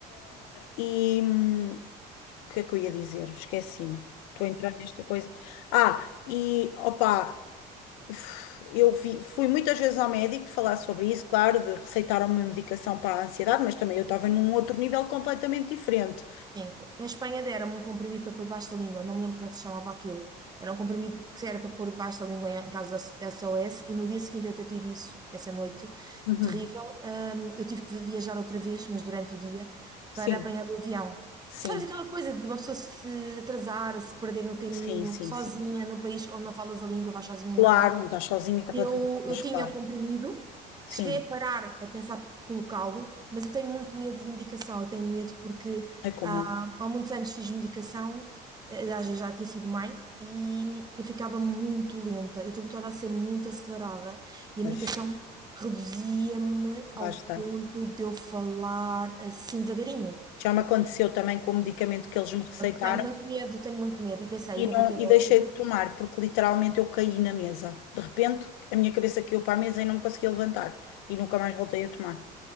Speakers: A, on the left; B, on the right.
A: E hum, o que é que eu ia dizer? Esqueci-me. Estou a entrar nesta coisa. Ah, e opá, uf, eu vi- fui muitas vezes ao médico falar sobre isso, claro, de receitaram uma medicação para a ansiedade, mas também eu estava num outro nível completamente diferente.
B: Sim, na Espanha deram-me um comprimido para pôr debaixo da língua, não me lembro como é que se chamava aquilo. Era um comprimido que era para pôr debaixo da língua em caso da SOS, e no dia seguinte eu tentei isso. essa noite
A: Uhum.
B: terrível. hum, eu tive que viajar outra vez, mas durante o dia, para
A: Sim,
B: apanhar o avião.
A: sim,
B: Sabes aquela coisa de uma pessoa se atrasar, se perder no caminho,
A: sim, sim,
B: sozinha,
A: sim.
B: num país onde não falas a língua, vais sozinha
A: Claro,
B: no carro?
A: não estás sozinha completamente,
B: Eu,
A: mas
B: eu tinha
A: claro,
B: o comprimido,
A: sim,
B: cheguei a parar a pensar colocá-lo, mas eu tenho muito medo de medicação. Eu tenho medo porque
A: é como
B: há,
A: eu,
B: há muitos anos fiz medicação, eh, já, já já tinha sido mãe, e eu ficava muito lenta. Eu estou habituada a ser muito acelerada e
A: pois,
B: a medicação reduzia-me ao
A: lá está.
B: ponto de eu falar assim devagarinho.
A: Já me aconteceu também com o medicamento que eles me receitaram
B: Tenho muito medo, tenho muito medo. E pensei,
A: e,
B: ainda
A: não,
B: vou ter
A: e
B: um
A: deixei
B: acidente,
A: de tomar, porque literalmente eu caí na mesa. De repente, a minha cabeça caiu para a mesa e não me conseguia levantar e nunca mais voltei a tomar.